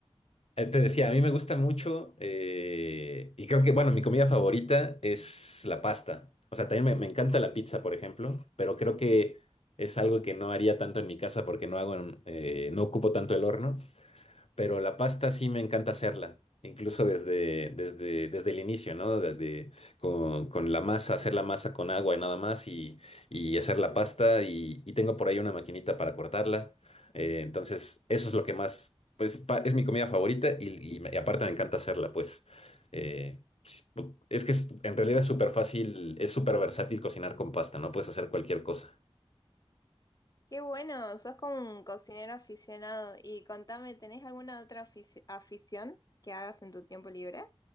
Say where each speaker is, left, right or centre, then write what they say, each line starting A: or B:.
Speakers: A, on the left; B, on the left.
A: Eh, Te decía, a mí me gusta mucho eh, y creo que, bueno, mi comida favorita es la pasta. O sea, también me, me encanta la pizza, por ejemplo, pero creo que es algo que no haría tanto en mi casa porque no hago, en- eh, no ocupo tanto el horno pero la pasta sí me encanta hacerla, incluso desde, desde, desde el inicio, ¿no? De- de- con, con la masa, hacer la masa con agua y nada más y, y hacer la pasta y, y tengo por ahí una maquinita para cortarla. Eh, entonces, eso es lo que más, pues, pa- es mi comida favorita y, y me- y aparte me encanta hacerla, pues. eh, pues, Es que es- en realidad es súper fácil, es súper versátil cocinar con pasta, ¿no? Puedes hacer cualquier cosa.
B: Qué bueno, sos como un cocinero aficionado. Y contame, ¿tenés alguna otra afici- afición que hagas en tu tiempo libre?